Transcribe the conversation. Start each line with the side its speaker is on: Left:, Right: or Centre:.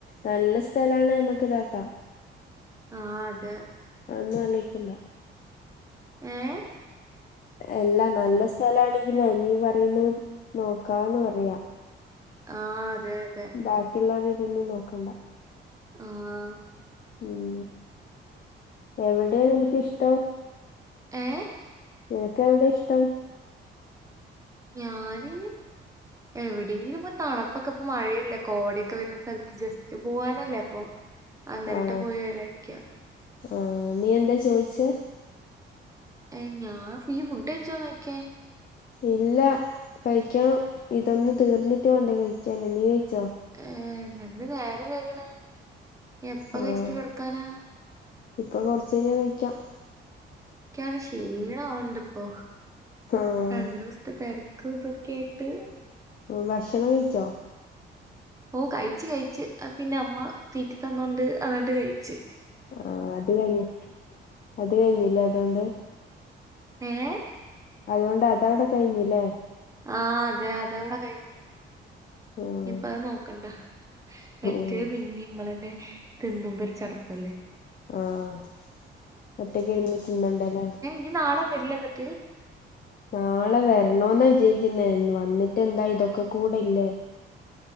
Left: നല്ല സ്ഥലാണ് നമ്മക്ക് ഇതാക്കാം
Right: ആഹ് അതെ
Left: അതൊന്നും ആലോയ്ക്കണ്ട
Right: ഏഹ്
Left: എല്ല നല്ല സ്ഥലാണെങ്കിലേ നീ പറയുന്നത് നോക്കാന്ന് പറയാ
Right: ആഹ് അതെ അതെ
Left: ബാക്കിള്ളവരുടെതൊന്നും നോക്കണ്ട
Right: ആഹ്
Left: ഉം എവിടെയാ നിനക്കിഷ്ടം?
Right: ഏഹ്
Left: നിനക്ക് എവിടെ ഇഷ്ടം?
Right: ഞാന് എവിടെങ്കിലും പോയി തണുപ്പൊക്കെ ഇപ്പൊ മഴയല്ലെ കോടൊക്കെ വരുന്ന സ്ഥലത്ത് ജസ്റ്റ് പോവാനല്ലേ അപ്പൊ അങ്ങന്ട്ട്
Left: ആഹ്
Right: പോയി വരാനിരിക്ക
Left: ആഹ് നീ എന്തെ ചോയിച്ചെ?
Right: ഏഹ് ഞാൻ നീ ഫുഡയ്ച്ചോന്ന് ചോയ്ക്കെ.
Left: ഇല്ല കഴിക്കണം. ഇതൊന്ന് തീർന്നിട്ട് വേണ്ടേ കഴിക്കാന്. നീ കഴിച്ചോ?
Right: ഏഹ് എന്തെനേരം വൈക്ണ്, എപ്പ
Left: ആഹ്
Right: കഴ്ച്ച്ട്ട് കെട്ക്കാനാ?
Left: ഇപ്പൊ കൊർച്ചയിഞ് കഴിക്കാം.
Right: എനിക്കാണെ ക്ഷീണാവ്ണ്ട്പ്പോ
Left: ആഹ്
Right: രണ്ടൂസ്ത്തെ തെര കൂബ് കേട്ട്
Left: ഭക്ഷണം കഴിച്ചോ?
Right: ഓഹ് കഴ്ച്ച് കഴ്ച്ച്. അത് പിന്നെ അമ്മ തീറ്റി തന്നോണ്ട് അതണ്ട് കഴ്ച്ച്.
Left: ആഹ് അത് കഴിഞ്ഞ്. അത് കഴിഞ്ഞ്ല്ലെ അതോണ്ട്?
Right: ഏഹ്
Left: അതോണ്ട് അതവ്ടെ കഴിഞ്ഞ്ല്ലെ.
Right: ആഹ് അതെ അതവ്ടെ കഴ്ഞ്ഞ്,
Left: ആഹ്
Right: ഇപ്പത് നോക്കണ്ട. മറ്റേ
Left: ഉം
Right: പിന്നിം മ്മളന്നെ തിന്നുമ്പൊരു ചട്പ്പല്ലേ.
Left: ആഹ്, ഒറ്റക്കിര്ന്ന് തിന്നണ്ടേല്ലെ.
Right: നീ നാളെ വെര്ലെന്നട്ട്?
Left: നാളെ വരണോന്നാ വിചാര്ക്കുന്നേ വന്നിട്ടെന്താ ഇതൊക്കെ കൂടെയില്ലെ.